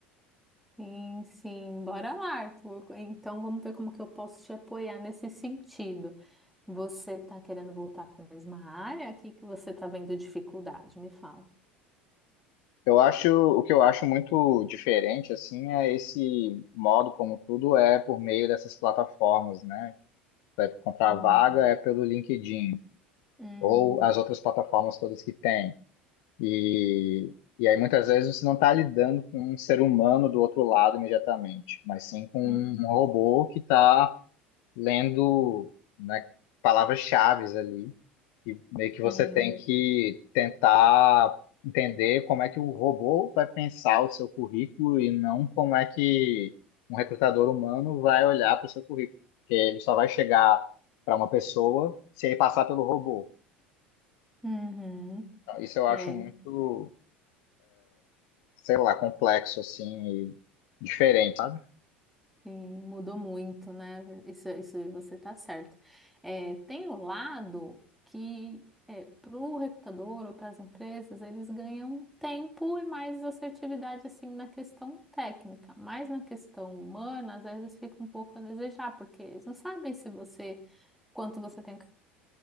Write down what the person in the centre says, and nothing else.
Sim, sim, bora lá, Arthur. Então vamos ver como que eu posso te apoiar nesse sentido. Você está querendo voltar para a mesma área? O que que você está vendo dificuldade? Me fala.
Hum,
hum,
hum,
sim.
Uhum.
É.
Sim, mudou muito, né? Isso, isso você tá certo. É, tem o lado que é, para o recrutador ou para as empresas, eles ganham tempo e mais assertividade assim na questão técnica, mas na questão humana, às vezes fica um pouco a desejar, porque eles não sabem se você quanto você tem